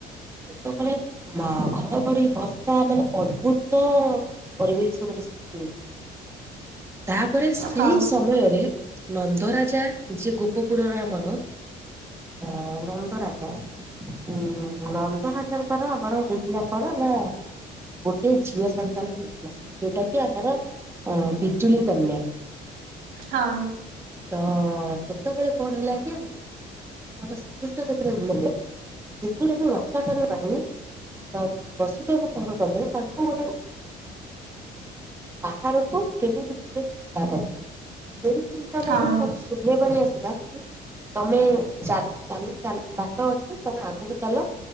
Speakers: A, on the right; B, on the right.
A: ସେତେବେଳେ ଘଡଘଡି ବର୍ଷା ମାନେ ଅଦ୍ଭୁତ। ପରିବେଶ ଗୋଟେ ସୃଷ୍ଟି ହୋଇ ତାପରେ ସେଇ
B: ହଁ
A: ସମୟରେ ନନ୍ଦରାଜା ଯିଏ ଗୋପପୁରର ଆମର। ଅଁ -ଅନନ୍ଦ ରାଜା। ହୁଁ, ନନ୍ଦରାଜାଙ୍କର ଆମର ଦେଇଥିଲା କଣ ନାଁ ଗୋଟେ ଝିଅ ସନ୍ତାନ ହୋଇଥିଲା, ଯୋଉଁଟା କି ଆମର ଅଁ ବିଜୁଳି କନ୍ୟା।
B: ହଁ।
A: ତ ସେତେବେଳେ କଣ ହେଲା କି ଆ ଆମେ ଶ୍ରୀକୃଷ୍ଣ ଯେତେବେଳେ ଜନ୍ମହେଲେ ସେତେବେଳେ ତାଙ୍କୁ ରକ୍ଷା କରିବା ପାଇଁ ବା ବସୁଦେବ କଣ କଲେ ତାଙ୍କୁ ଗୋଟେ ବାହାରକୁ କେବେଭି ଚିନ୍ତା କର ସେଇ ଚିନ୍ତା
B: ହଁ
A: ମଧ୍ୟରେ କଂ ଶୂନ୍ୟ ବାଣି ଆସିଥିଲା। ତମେ ଚା-ଚା-ଚା-ଚାଲ ବାଟ ଅଛି, ତମେ ଆଗକୁ ଚାଲ।